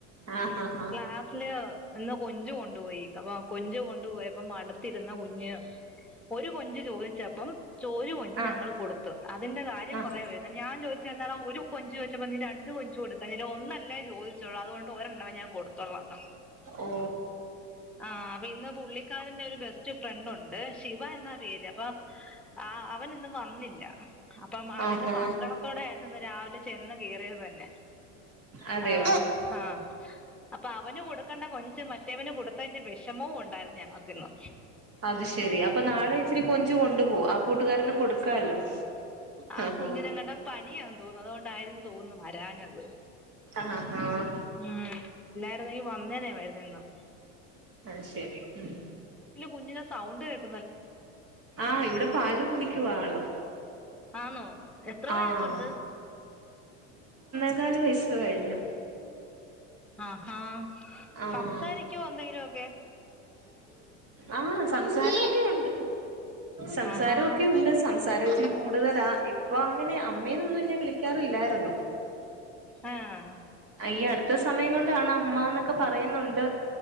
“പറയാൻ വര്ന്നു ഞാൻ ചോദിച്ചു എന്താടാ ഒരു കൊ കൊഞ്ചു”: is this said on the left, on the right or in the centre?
Centre